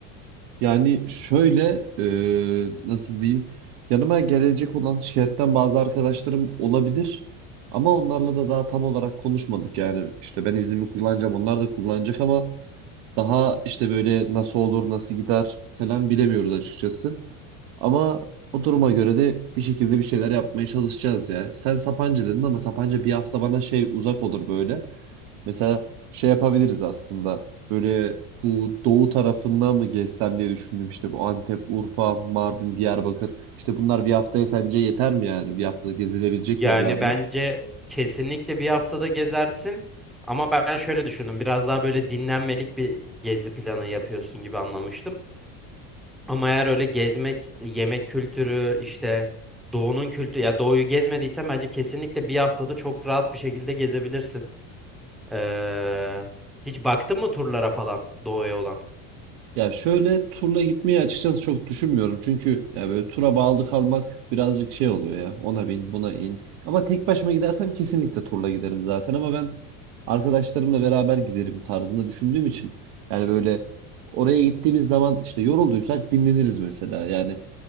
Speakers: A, on the right; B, in the centre.
A: Yani şöyle e, nasıl diyeyim yanıma gelecek olan şirketten bazı arkadaşlarım olabilir ama onlarla da daha tam olarak konuşmadık yani işte ben iznimi kullanacağım onlar da kullanacak ama daha işte böyle nasıl olur nasıl gider falan bilemiyoruz açıkçası ama o duruma göre de bir şekilde bir şeyler yapmaya çalışacağız ya. Sen Sapanca dedin ama Sapanca bir hafta bana şey uzak olur böyle. Mesela şey yapabiliriz aslında. Böyle bu doğu tarafından mı gezsem diye düşündüm. İşte bu Antep, Urfa, Mardin, Diyarbakır. İşte bunlar bir haftaya sence yeter mi yani? Bir haftada gezilebilecek
B: Yani
A: yerler mi?
B: bence kesinlikle bir haftada gezersin. Ama ben şöyle düşündüm. Biraz daha böyle dinlenmelik bir gezi planı yapıyorsun gibi anlamıştım. Ama eğer öyle gezmek, yemek kültürü, işte doğunun kültürü, ya doğuyu gezmediysen bence kesinlikle bir haftada çok rahat bir şekilde gezebilirsin. Ee, hiç baktın mı turlara falan doğuya olan?
A: Ya şöyle turla gitmeyi açıkçası çok düşünmüyorum. Çünkü ya böyle tura bağlı kalmak birazcık şey oluyor ya. Ona bin, buna in. Ama tek başıma gidersem kesinlikle turla giderim zaten ama ben arkadaşlarımla beraber giderim tarzında düşündüğüm için yani böyle oraya gittiğimiz zaman işte yorulduysak dinleniriz mesela. Yani